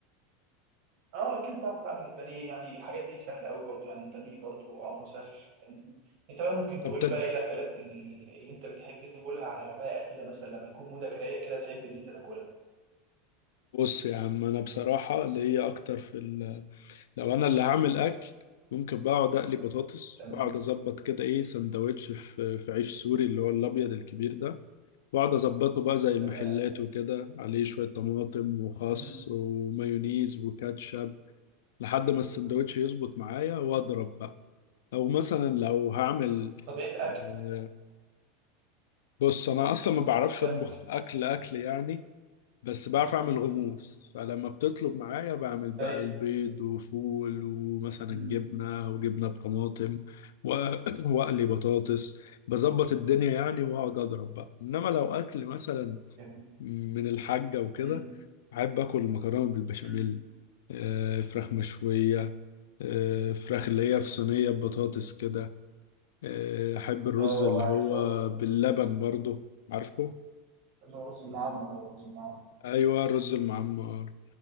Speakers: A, on the right; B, on the left.
A: اه اكيد بعرف اعمل البانيه يعني الحاجات دي سهله قوي برضو يعني البانيه برضو امره سهل فاهمني؟ انت بقى ممكن
B: طب
A: تقول
B: تد...
A: لي بقى ايه الاكلات ال- اللي انت بتحب تاكلها على رواقه كده مثلا لما تكون مودك رايق كده تحب ان انت تاكلها
B: بص يا عم انا بصراحه اللي هي اكتر في ال... لو انا اللي هعمل اكل ممكن بقى اقعد اقلي بطاطس
A: تمام
B: واقعد اظبط كده ايه سندوتش في في عيش سوري اللي هو الابيض الكبير ده واقعد اظبطه بقى زي المحلات
A: تمام
B: وكده عليه شويه طماطم وخس
A: مم.
B: ومايونيز وكاتشب لحد ما السندوتش يظبط
A: مم.
B: معايا واضرب بقى او مثلا لو هعمل
A: طب ايه الاكل
B: آه، بص انا اصلا ما بعرفش
A: كامل
B: اطبخ اكل اكل يعني بس بعرف اعمل غموس
A: مم.
B: فلما بتطلب معايا بعمل بقى
A: ايوه
B: البيض وفول ومثلا
A: مم.
B: جبنه وجبنه بطماطم و- <coughs> <clears throat> واقلي بطاطس بظبط الدنيا يعني واقعد اضرب بقى انما لو اكل مثلا
A: جميل.
B: من الحاجة وكده
A: مم.
B: بحب آكل المكرونة بالبشاميل
A: مم.
B: آه، فراخ مشوية
A: مم.
B: آه، فراخ اللي هي في صينية بطاطس كده آه، أحب الرز
A: اه
B: اللي
A: عارف
B: هو
A: اه
B: باللبن برضو عارفه
A: اللي هو رز المعمر هو الرز المعمر
B: أيوة الرز المعمر